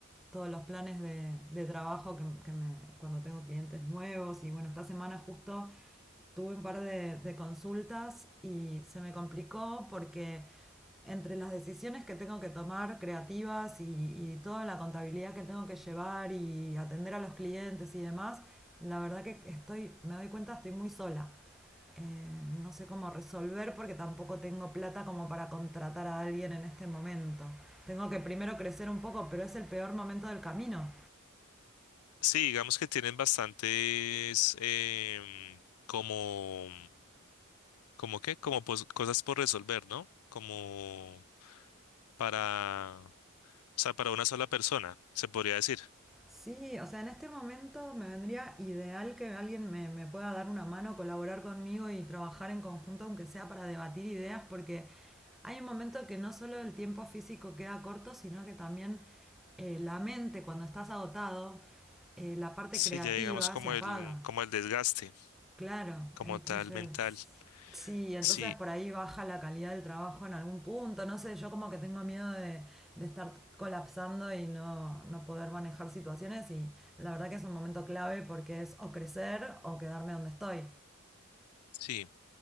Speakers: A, in the centre; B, on the left.
A: todos los planes de, de trabajo que, que me, cuando tengo clientes nuevos y bueno, esta semana justo tuve un par de, de consultas y se me complicó porque entre las decisiones que tengo que tomar creativas y, y toda la contabilidad que tengo que llevar y atender a los clientes y demás, la verdad que estoy, me doy cuenta, estoy muy sola. Eh, no sé cómo resolver porque tampoco tengo plata como para contratar a alguien en este momento. Tengo que primero crecer un poco, pero es el peor momento del camino.
B: Sí, digamos que tienen bastantes em, como, como qué, como pos- cosas por resolver, ¿no? Como para, o sea, para una sola persona, se podría decir.
A: Sí, o sea, en este momento me vendría ideal que alguien me, me pueda dar una mano, colaborar conmigo y trabajar en conjunto, aunque sea para debatir ideas, porque hay un momento que no solo el tiempo físico queda corto, sino que también eh, la mente, cuando estás agotado, eh, la parte
B: Sí,
A: creativa
B: ya digamos como
A: se apaga.
B: el, como el desgaste,
A: Claro,
B: como
A: entonces,
B: tal mental.
A: sí, entonces
B: Sí,
A: por ahí baja la calidad del trabajo en algún punto, no sé, yo como que tengo miedo de, de estar colapsando y no, no poder manejar situaciones y la verdad que es un momento clave porque es o crecer o quedarme donde estoy.
B: sí.